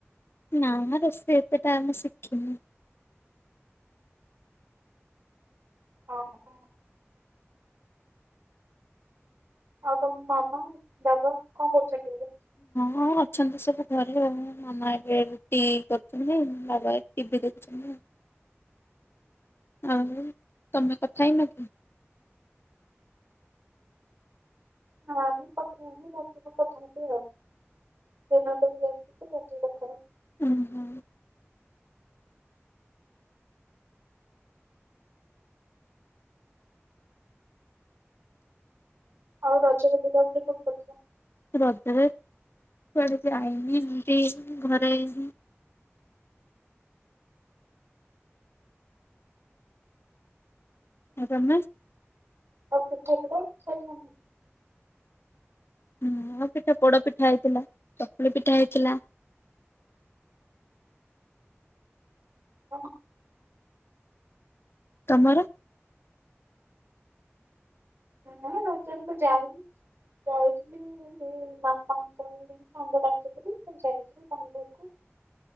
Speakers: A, on the left; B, on the right.
A: ନା ରୋଷେଇ ଏତେଟା ଆମେ ଶିଖିନୁ।
B: ଅଁହଁ। ଆଉ ତମ ମାମା, ବାବା କଁ କରୁଚନ୍ତି ଏବେ?
A: ହୁଁ ଅଛନ୍ତି ସବୁ ଘରେ ଆଉ ମାମ ଏବେ ରୁଟି କରୁଚନ୍ତି ବାବା ଏ ଟିଭି ଦେଖୁଚନ୍ତି ଆଉ। ଆଉ ତମେ କଥା ହେଇନ କି?
B: ନାଇଁ କଥା ହେଇନି ରାତିକୁ କଥା ହେବି ଆଉ। ଏଇନା ତ ଏଇ ବସିଚି ରାତିକି କଥା ହେବି।
A: ଉଁହୁଁ।
B: ଆଉ ରଜରେ ବୁଲାବୁଲି କୋଉଠି କରଥିଲ?
A: ରଜରେ କୁଆଡେ ଯାଇନି ଏମତି ଘରେ ହିଁ ଆଉ ତମେ?
B: ଆଉ ପିଠାପିଠା ଖାଇଚନା?
A: ହୁଁ ଆଉ ପିଠା ପୋଡ ପିଠା ହେଇଥିଲା, ଚକୁଳି ପିଠା ହେଇଥିଲା।
B: ଓଃ।
A: ତମର?
B: ନା ରଜରେ ମୁଁ ଯାଏନି ଯାଉଥୁଲି ଏ ମାମାଙ୍କ ସାଙ୍ଗ ଡାକିଥିଲେ ତ ଯାଇଥିଲୁ ତାଙ୍କ ଘରକୁ।